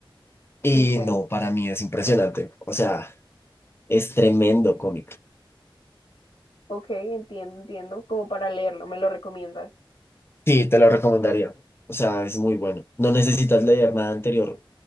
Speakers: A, on the left (about 25°); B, on the left (about 70°).
A: Y
B: ok,
A: no, para mí es impresionante. O sea, es tremendo cómic.
B: ok, entiendo, entiendo. Como para leerlo, me lo recomiendas.
A: Sí, te lo recomendaría. O sea, es muy bueno. No necesitas leer nada anterior.